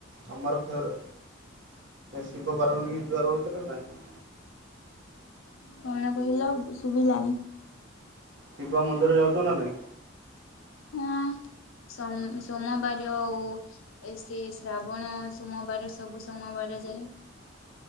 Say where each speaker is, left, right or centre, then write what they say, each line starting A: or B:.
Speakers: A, on the right; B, on the left.
A: ଆମର ଫେରେ ଶିବ ପାର୍ବତୀଙ୍କି ଯୁଆର ହଉଚ ନା ନାଇଁ?
B: କଣ କହିଲ ବ ଶୁଵିଲାନି।
A: ଶିବ ମନ୍ଦିର ଯାଉଚ ନା ନାଇଁ?
B: ଉଁ ଆଁ। ସମ୍ ସୋମବାରୋ ଏ ସେ ଶ୍ରାବଣ ସୋମବାର ସବୁ ସୋମବାର କରାଯାଏ।